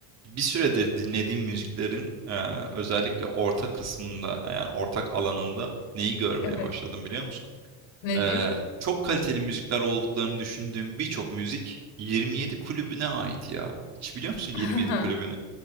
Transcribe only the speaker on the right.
bir süredir dinlediğim müziklerin eee, özellikle orta kısmında yani ortak alanında neyi görmeye
başladım biliyor musun?
Eee, çok kaliteli müzikler olduklarını düşündüğüm birçok müzik 27 kulübüne ait ya. Hiç biliyor musun 27
kulübünü?